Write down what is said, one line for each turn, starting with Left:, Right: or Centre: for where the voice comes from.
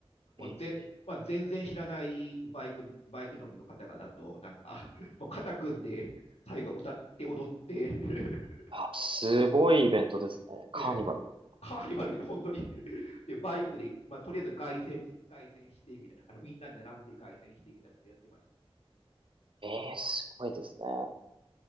Left: もうぜ、
Right: ええ。
Left: まあ、全然知らないバイク、バイク乗りの方々と、なんか、もう肩組んで、最後は歌って踊って <laughs>
Right: あ、すごいイベントですね。
Left: で、
Right: カーニバル
Left: カーニバルみたいな、本当に <laughs> で、バイクで、まあ、とりあえず凱旋凱旋してみたいな、あのみんなで並んで凱旋してみたいなことやってましたね。
Right: ええ、すごいですね。
Left: うん